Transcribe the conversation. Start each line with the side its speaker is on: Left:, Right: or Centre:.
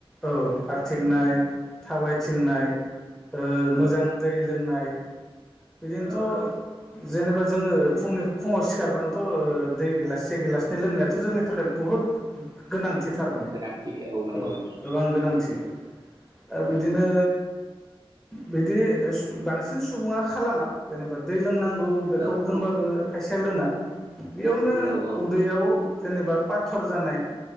Centre: औ
Right: हायो
Centre: खारथिंनाय थाबायथिंनाय ओ मोजां
Right: औ
Centre: दै लोंनाय बिदिनोथ'
Right: औ औ
Centre: जेनेबा जोङो फुंनि फुङाव सिखारबानोथ' दै गिलास से गिलासनै लोंनायाथ' जोंनि थाखाय बुहुत गोनांथि थारमाने
Right: गोनांथि नंगौ
Centre: औ
Right: नंगौ
Centre: गोबां गोनांथि आरो
Right: नंगौ
Centre: बिदिनो बिदि बांसिन सुबुङा खालामा जेनेबा दै लोंनांगौ गौ बेखौ
Right: औ
Centre: बुंबाबो
Right: औ
Centre: खायसेया लोङा बेयावनो
Right: नंगौ औ
Centre: उदैयाव जेनेबा पाथर जानाय